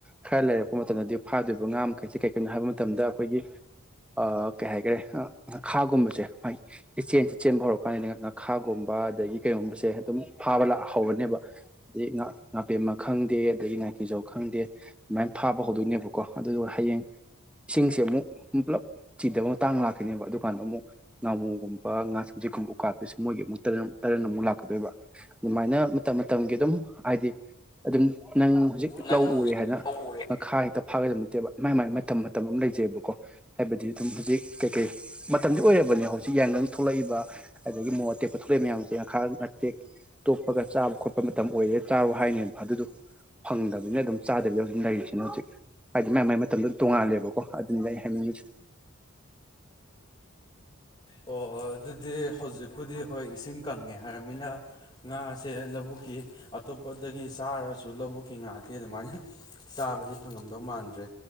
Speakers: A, in the centre; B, on the left (about 25°).
A: ꯈꯔ ꯂꯩꯔꯛꯄ ꯃꯇꯝꯗꯗꯤ ꯐꯥꯗꯣꯏꯔꯤꯕ ꯉꯥ ꯃꯈꯩꯁꯦ ꯀꯩꯀꯩꯅꯣ ꯍꯥꯏꯕ ꯃꯇꯝꯗ ꯑꯈꯣꯏꯒꯤ ꯑ ꯀꯩ ꯍꯥꯏꯒ꯭ꯔꯦ ꯉꯈꯥꯒꯨꯝꯕꯖꯦ ꯏꯆꯦꯟꯁꯦ ꯆꯦꯟꯕ ꯍꯧꯔꯛꯀꯥꯟꯗꯅ ꯉꯥꯈꯥꯒꯨꯝꯕ ꯕ ꯑꯗꯩ ꯀꯩꯒꯨꯝꯁꯦ ꯑꯗꯨꯝ ꯐꯕꯂꯥꯛ ꯍꯧꯔꯅꯦꯕ <unintelligible> ꯉꯥ ꯉꯥꯄꯦꯝꯃ ꯈꯪꯗꯦ ꯀꯤꯖꯧ ꯈꯪꯗꯦ ꯑꯗꯨꯃꯥꯏ ꯐꯥꯕ ꯍꯧꯗꯣꯏꯅꯦꯕꯀꯣ ꯑꯗꯨ ꯍꯌꯦꯡ ꯏꯁꯤꯡꯁꯦ ꯑꯃꯨꯛ ꯄꯨꯜꯂꯞ ꯆꯤꯗꯕ ꯃꯇꯥꯡ ꯂꯥꯛꯈꯤꯅꯤꯕ ꯑꯗꯨꯀꯥꯟꯗ ꯑꯃꯨꯛ ꯉꯥꯃꯨꯒꯨꯝꯕ ꯉꯥꯁꯤꯡ <unintelligible> ꯀꯥꯞꯄꯁꯤ ꯃꯣꯏꯒꯤ ꯑꯃꯨꯛ ꯇꯔꯟ ꯇꯔꯟ ꯑꯃꯨꯛ ꯂꯥꯛꯀꯗꯣꯏꯕ ꯑꯗꯨꯃꯥꯏꯅ ꯃꯇꯝ ꯃꯇꯝꯒꯤ ꯑꯗꯨꯝ ꯍꯥꯏꯗꯤ ꯑꯗꯨꯝ ꯅꯪ ꯍꯧꯖꯤꯛ
B: ꯅꯪ
A: ꯂꯧ ꯎꯔꯦ ꯍꯥꯏꯅ
B: ꯂꯧ ꯎꯔꯦ
A: ꯃꯈꯥ ꯍꯦꯛꯇ ꯐꯥꯒꯗꯝ ꯅꯠꯇꯦꯕ ꯃꯥꯏ ꯃꯥꯏ ꯃꯇꯝ ꯃꯇꯝ ꯑꯝ ꯂꯩꯖꯩꯕꯀꯣ ꯍꯥꯏꯕꯗꯤ ꯑꯗꯨꯝ ꯍꯧꯖꯤꯛ ꯀꯩꯀꯩ ꯃꯇꯝꯗꯤ ꯑꯣꯏꯔꯕꯅꯦ ꯍꯧꯖꯤꯛ ꯌꯥꯏꯉꯪ ꯊꯣꯛꯂꯛꯏꯕ ꯑꯗꯒꯤ ꯃꯣꯔ ꯑꯇꯦꯛꯄ ꯊꯣꯛꯂꯛꯏ ꯃꯌꯥꯝꯁꯦ ꯉꯈꯥ ꯅꯇꯦꯛ ꯇꯣꯞꯄꯒ ꯆꯥꯕ ꯈꯣꯠꯄ ꯃꯇꯝ ꯑꯣꯏꯔꯦ ꯆꯥꯔꯣ ꯍꯥꯏꯅꯦꯕ ꯑꯗꯨꯗꯨ ꯐꯪ ꯍꯧꯖꯤꯅ ꯑꯗꯨꯝ ꯆꯥꯗꯕꯤꯗ ꯍꯧꯖꯤꯛ ꯂꯩꯔꯤꯁꯤꯅꯦ ꯍꯧꯖꯤꯛ ꯍꯥꯏꯗꯤ ꯃꯥꯢ ꯃꯥꯏ ꯃꯇꯝꯗ ꯇꯣꯡꯉꯥꯜꯂꯦꯕꯀꯣ ꯑꯗꯨꯅꯤꯗ ꯑꯩ ꯍꯥꯏꯅꯤꯡꯉꯤꯁꯦ
B: ꯑꯣ ꯑꯣ ꯑꯗꯨꯗꯤ ꯍꯧꯖꯤꯛꯄꯨꯗꯤ ꯍꯣꯏ ꯏꯁꯤꯡ ꯀꯪꯉꯦ ꯍꯥꯏꯔꯕꯃꯤꯅ ꯉꯥꯁꯦ ꯂꯕꯨꯛ <unintelligible> ꯑꯇꯣꯞꯄꯗꯒꯤ ꯆꯥꯔꯁꯨ ꯂꯧꯕꯨꯛꯀꯤ ꯉꯥꯗꯤ ꯑꯗꯨꯃꯥꯏꯅ ꯆꯥꯕꯗꯤ ꯐꯪꯉꯝꯗꯧ ꯃꯥꯟꯗ꯭ꯔꯦ